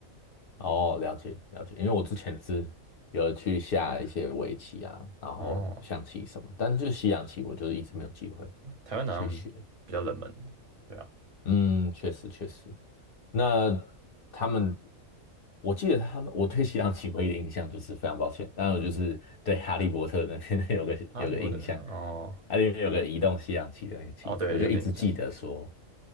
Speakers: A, on the left (about 55°); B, on the right (about 35°).
A: 哦，了解了解，因为我之前是有去下一些围棋啊，然后象棋什么，
B: 哦，
A: 但是就是西洋棋，我就是一直没有机会
B: 台湾好像比较冷门的对啊，
A: 去学。嗯，确实确实。那他们，我记得他们，我对西洋棋唯一的印象就是非常抱歉，当然我就是对哈利波特的那边 <laughs> 有个有个印象，
B: 哈利波特，哦
A: 它里面有个移动西洋棋的那个棋子，
B: 哦，对，
A: 我就一直记得说，
B: 有点印象，